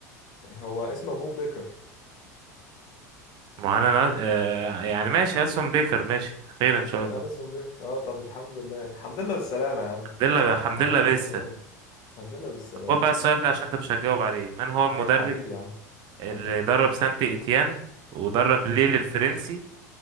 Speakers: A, on the left; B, on the right.
A: يعني هو اسمه ابو بكر
B: معانا نا- آه يعني ماشي ألسون بيكر ماشي خير ان شاء
A: اليسون
B: الله
A: بكر اه طب الحمد لله يعني الحمد لله بالسلامه يا عم
B: الحمد لله الحمد
A: الحمد
B: لله
A: لله
B: لسه
A: بالسلامه الحمد لله بالسلامه
B: طب خد بقى السؤال ده عشان انت مش هتجاوب عليه من هو المدرب
A: إيه حبيبي يا عم
B: اللي
A: حبيبي
B: درب سانت ايتيان ودرب ليل
A: امم
B: الفرنسي